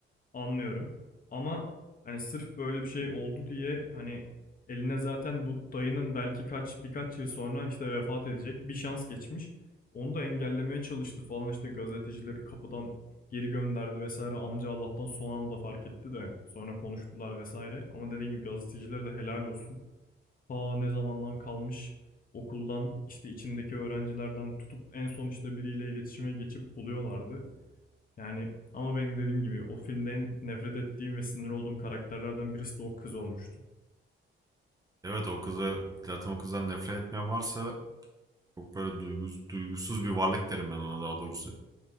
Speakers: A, on the left; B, on the right.
A: Anlıyorum. Ama hani sırf böyle bir şey oldu diye hani eline zaten bu dayının belki kaç birkaç yıl sonra işte vefat edecek bir şans geçmiş. Onu da engellemeye çalıştı falan işte gazetecileri kapıdan geri gönderdi vesaire. Amca Allah'tan son anda fark etti de sonra konuştular vesaire. Ama dediğim gibi gazetecilere de helal olsun. Ta ne zamandan kalmış okuldan işte içindeki öğrencilerden tutup en son işte biriyle iletişime geçip buluyorlardı. Yani ama benim dediğim gibi o filmden nefret ettiğim ve sinir olduğum karakterlerden birisi de o kız olmuştu.
B: Evet o kızı zaten o kızdan nefret etmeyen varsa Çok böyle duygus- duygusuz bir varlık derim ben ona daha doğrusu.